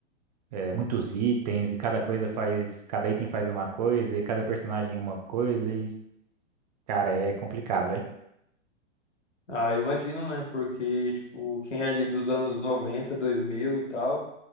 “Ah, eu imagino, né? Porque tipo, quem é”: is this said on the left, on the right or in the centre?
Left